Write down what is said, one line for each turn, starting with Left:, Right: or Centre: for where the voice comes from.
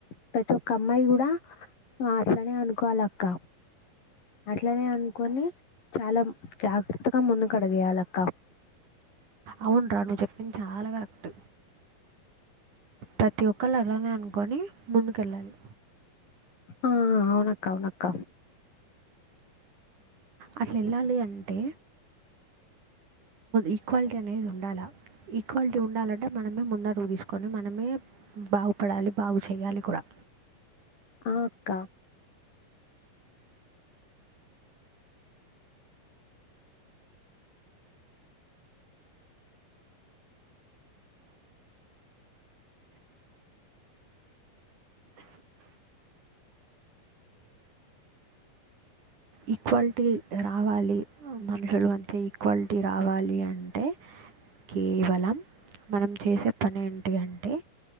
Left: ప్రతి ఒక్క అమ్మాయి కూడా అట్లానే అనుకోవాల అక్క అట్లనే అనుకొని చాలా జాగ్రత్తగా ముందుకుడిగేయాలక్క
Right: అవును్రా నువ్వు చెప్పంది చాలా కరెక్ట్ ప్రతి ఒక్కళ్రు అలానే అనుకొని ముందుకెళ్ళాలి
Left: ఆ అవునక్క అవునక్క
Right: అట్లా వెళ్ళాలి అంటే ఈక్వాలిటీ అనేది ఉండాలి ఈక్వాలిటీ ఉండాలంటే మనమే ముందడుగు తీసుకొని మనమే బాగుపడాలి బాగు చేయాలి కూడా
Left: ఆ అక్క
Right: ఈక్వాలిటీ రావాలి మనుషులు అంతే ఈక్వాలిటీ రావాలి అంటే కేవలం మనం చేసే పని ఏంటి అంటే